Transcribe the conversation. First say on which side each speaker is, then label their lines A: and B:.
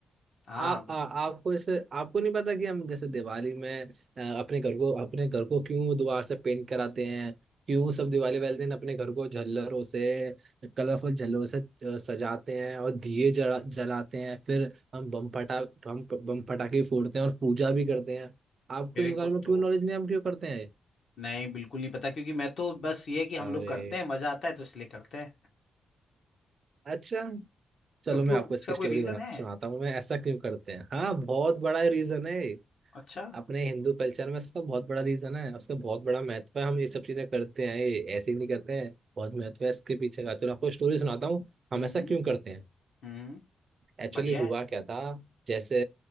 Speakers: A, on the left (about 60°); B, on the right (about 40°).
A: हाँ
B: आप आ, आपको ऐसे आपको नहीं पता कि हम जैसे दिवाली में अ, अपने घर को अपने घर को क्यों दोबारा से पेंट कराते हैं क्यों सब दिवाली वाले दिन अपने घर को झल्लरों से कलरफुल झल्लरों से अ, सजाते हैं और दिए जला, जलाते हैं फिर हम बम फटा हम बम पटाखे फोड़ते हैं और पूजा भी करते हैं आपको
A: मेरे
B: इन
A: को
B: बारे में क्यों
A: तो
B: नॉलेज नहीं है, हम क्यों करते हैं
A: नहीं बिल्कुल नहीं पता क्योंकि मैं तो बस ये है कि
B: अरे
A: हम लोग करते हैं मजा आता है तो इसलिए करते हैं
B: अच्छा चलो
A: तो क्यों
B: मैं आपको
A: इसका
B: इसकी
A: कोई
B: स्टोरी
A: रीजन
B: बना
A: है
B: सुनाता हूँ मैं ऐसा क्यों करते हैं हाँ बहुत बड़ा रीजन है
A: अच्छा
B: अपने हिंदू कल्चर में इसका बहुत बड़ा रीजन है उसका बहुत बड़ा महत्व है हम ये सब चीजें करते हैं ये ऐसे ही नहीं करते हैं बहुत महत्व है इसके पीछे का चलो आपको स्टोरी सुनाता हूँ
A: हम्म
B: हम ऐसा
A: हम्म
B: क्यों करते हैं
A: हम्म,
B: एक्चुअली
A: बढ़िया
B: हुआ
A: है
B: क्या था जैसे